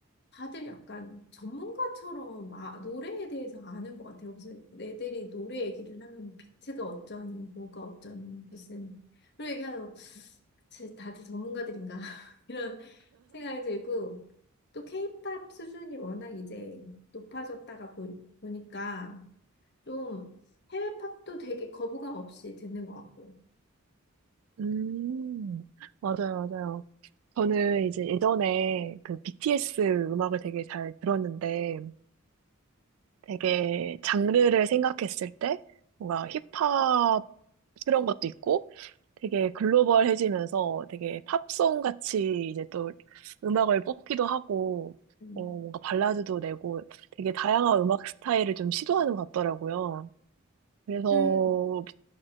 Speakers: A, on the left; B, on the right.
A: 다들 약간 전문가처럼 아, 노래에 대해서 아는 것 같아요. 무슨 애들이 노래 얘기를 하면 뭐 비트가 어쩌니, 뭐가 어쩌니, 무슨 그런 얘기하면 쟤 다들 전문가들인가 <laughs> 이런 생각이 들고 또 케이팝 수준이 워낙 이제 높아졌다가 보, 보니까 좀 해외 팝도 되게 거부감 없이 듣는 것 같고요.
B: 음, 맞아요, 맞아요. 저는 이제 예전에 그 BTS 음악을 되게 잘 들었는데, 되게 장르를 생각했을 때 뭔가 힙합스러운 것도 있고 되게 글로벌해지면서 되게 팝송 같이 이제 또 음악을 뽑기도 하고
A: 음.
B: 어, 뭔가 발라드도 내고 되게 다양한 음악 스타일을 좀 시도하는 것 같더라고요. 그래서
A: 그
B: 비-